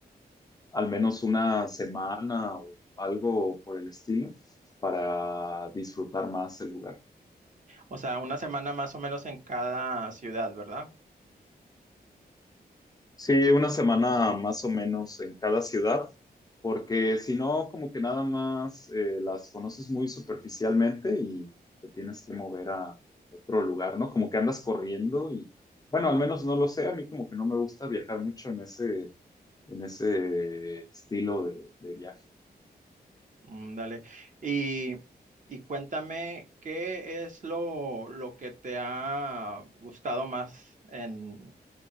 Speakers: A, on the left (about 20°); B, on the right (about 50°).
A: al menos una semana o algo por el estilo para disfrutar más el lugar.
B: O sea, una semana más o menos en cada ciudad, ¿verdad?
A: Sí, una semana más o menos en cada ciudad, porque si no, como que nada más eh, las conoces muy superficialmente y te tienes que mover a otro lugar, ¿no? Como que andas corriendo y, bueno, al menos no lo sé, a mí como que no me gusta viajar mucho en ese, en ese estilo de, de viaje.
B: Mm, Dale. Y, y cuéntame, ¿qué es lo, lo que te ha gustado más en